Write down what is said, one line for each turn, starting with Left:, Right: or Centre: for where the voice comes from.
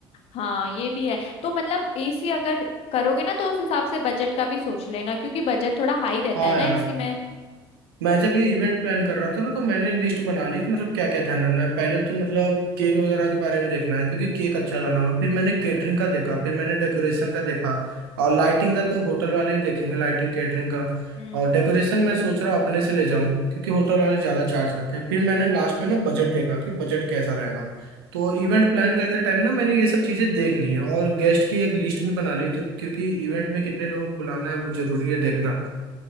Left: हाँ ये भी है तो मतलब एसी अगर करोगे ना तो उस हिसाब से बजट का भी सोच लेना क्योंकि बजट थोड़ा हाई रहता
Right: हाँ
Left: है ना
Right: यार
Left: एसी में
Right: मैं जब ये इवेंट प्लान कर रहा था ना तो मैंने लिस्ट बना ली कि मतलब क्या क्या ध्यान रखना है पहले तो मतलब केक वगैरह के बारे में देखना है क्योंकि केक अच्छा लाना होगा फिर मैंने केटरिंग का देखा फिर मैंने डेकोरेशन का देखा और लाइटिंग का तो होटल वाले ही देखेंगे लाइटिंग केटरिंग का
Left: हम्म
Right: और डेकोरेशन मैं सोच रहा हूँ अपने से ले जाऊँ क्योंकि होटल वाले ज़्यादा चार्ज करते हैं फिर मैंने लास्ट में ना बजट देखा कि बजट कैसा रहेगा तो इवेंट प्लान करते टाइम ना मैंने ये सब चीज़ें देख ली हैं और गेस्ट की एक लिस्ट भी बना ली है तो क्योंकि इवेंट में कितने लोग बुलाना है वो ज़रूरी है देखना